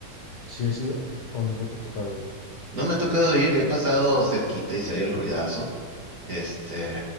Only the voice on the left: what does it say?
¿Sí has ido o nunca te ha tocado ir?